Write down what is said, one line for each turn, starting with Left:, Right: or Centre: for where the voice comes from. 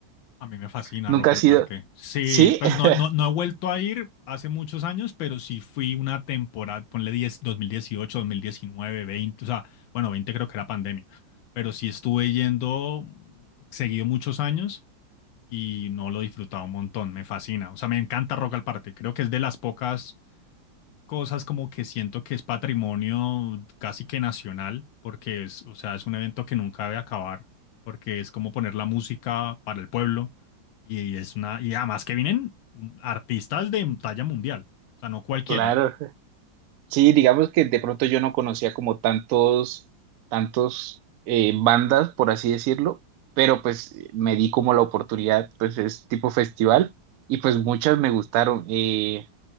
Left: A mí me fascina
Right: Nunca
Left: Rock al
Right: ha sido.
Left: Parque. Sí,
Right: Sí,
Left: pues
Right: <laughs>
Left: no, no, no he vuelto a ir hace muchos años, pero sí fui una temporada, ponle 10, 2018, 2019, 20, o sea, bueno, 20 creo que era pandemia, pero sí estuve yendo seguido muchos años y no lo he disfrutado un montón, me fascina. O sea, me encanta Rock al Parque, creo que es de las pocas cosas como que siento que es patrimonio casi que nacional, porque es, o sea, es un evento que nunca debe acabar, porque es como poner la música para el pueblo y es una, y además que vienen artistas de talla mundial, o sea, no cualquiera,
Right: claro. Sí, digamos que de pronto yo no conocía como tantos, tantos eh, bandas, por así decirlo, pero pues eh, me di como la oportunidad, pues es tipo festival y pues muchas me gustaron. Eh,